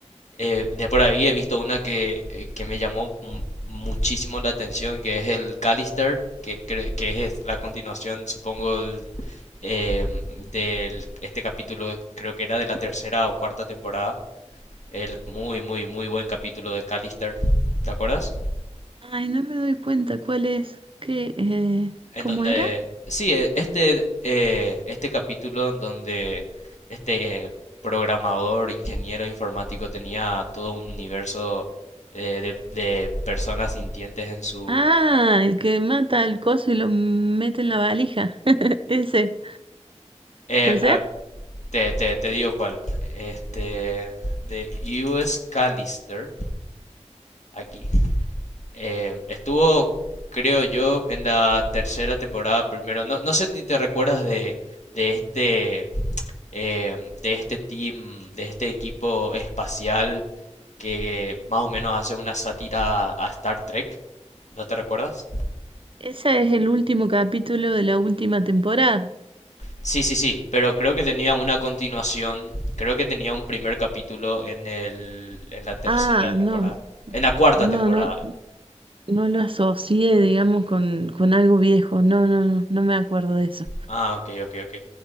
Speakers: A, on the left; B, on the right.
A: Eh, de por ahí he visto una que, eh, que me llamó mu- muchísimo la atención, que es el Callister, que, cre- que es la continuación, supongo, del, em, del- este capítulo, creo que era de la tercera o cuarta temporada el muy, muy, muy buen capítulo de Callister, ¿te acuerdas?
B: Ay, no me doy cuenta cuál es. ¿Qué, eh,
A: En
B: cómo
A: donde,
B: era?
A: sí, e- este, eh, este capítulo en donde este eh, programador, ingeniero informático tenía todo un universo eh, de, de personas sintientes en su...
B: Ah, el que mata al coso y lo mete en la valija. <laughs> Ese.
A: eh,
B: ¿Puede ser?
A: a- te, te, te digo cuál. Este, de U.S. Callister, aquí Eh, estuvo, creo yo, en la tercera temporada primero. No, no sé si te recuerdas de, de este, em, de este team, de este equipo espacial que más o menos hace una sátira a Star Trek. ¿No te recuerdas?
B: Ese es el último capítulo de la última temporada.
A: Sí, sí, sí, pero creo que tenía una continuación, creo que tenía un primer capítulo en el, en la tercera
B: Ah,
A: temporada,
B: no,
A: en la cuarta
B: no,
A: temporada,
B: no, no lo asocié, digamos, con, con algo viejo. No, no, no, no me acuerdo de eso.
A: Ah, ok, ok, ok.